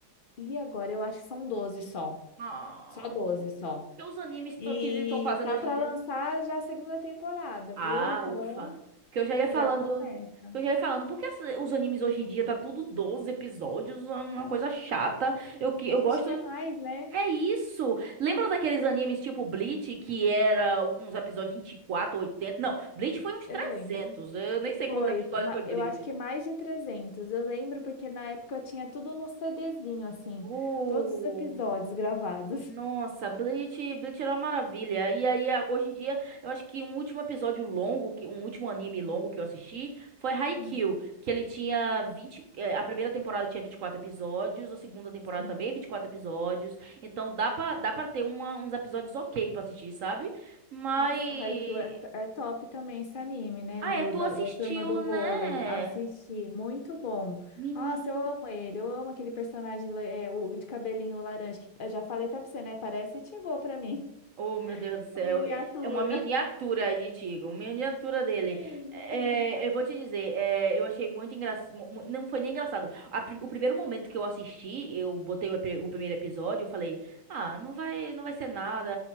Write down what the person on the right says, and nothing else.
Não.
Por que os animes tão,
que estão fazendo
hoje
em dia?
Ah,
ufa. Porque eu já ia falando.
porque Eu já ia falando, porque os animes hoje em dia tá tudo 12 episódios, é uma
coisa chata. Eu que eu
gosto
é isso. Lembra daqueles animes tipo Bleach que era uns episódios 24, 80? Não, Bleach foi uns
300.
Eu nem sei
quantos episódios
foi Bleach.
O
Nossa, Bleach, Bleach era uma maravilha. E aí, a- hoje em dia, eu acho que um último episódio longo, que um último anime longo que eu assisti foi Haikyuu,
que ele tinha 20. eh, a primeira temporada tinha 24 episódios, a segunda temporada
também 24 episódios. Então dá pra, dá pra ter uma- uns episódios ok pra assistir, sabe? Mas...
Ah,
é, tu
assistiu,
né?
Menino.
Oh, meu Deus
do céu.
É é uma miniatura de Tigo, uma miniatura dele.
É,
eu vou te dizer, é, eu achei muito engraçado. Não foi nem engraçado. A pri- o primeiro momento que eu assisti, eu botei o, epri- o primeiro episódio, eu falei, ah, não vai, não vai ser nada,